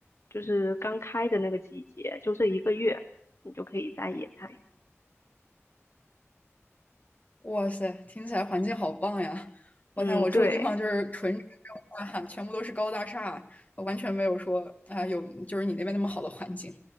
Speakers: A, on the left (about 60°); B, on the left (about 30°).
A: 就是刚开的那个季节，就这一个月，你就可以摘野菜。
B: 哇塞，听起来环境好棒呀！我想我住的地方就是纯城镇化，
A: 嗯，对，
B: 全部都是高大厦，完全没有说啊、有就是你那边那么好的环境。